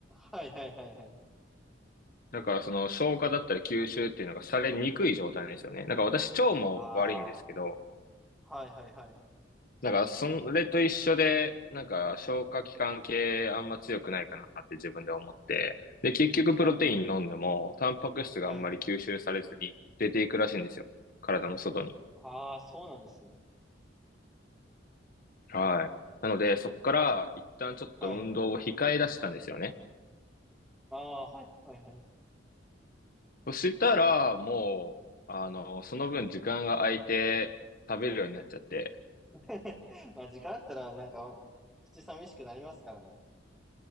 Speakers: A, in the centre; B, on the left.
A: はいはいはいはい。
B: だからその消化だったり吸収っていうのがされにくい状態なんですよね。なんか私腸も悪いんですけど、
A: ああ、はいはいはい。
B: なんかそれと一緒で、なんか消化器官系あんま強くないかなって自分で思って、で結局プロテイン飲んでもタンパク質があんまり吸収されずに出ていくらしいんですよ。
A: はいはい。
B: 体の外に。
A: ああ、そうなんですね。
B: はい。なのでそこから一旦ちょっと運動を控え出したんですよね。
A: はい。ああ、はいはいはい。
B: そしたらもう、あの、その分時間が空いて食べるようになっちゃって、
A: <laughs> まあ、時間あったら、なんか、口寂しくなりますからね。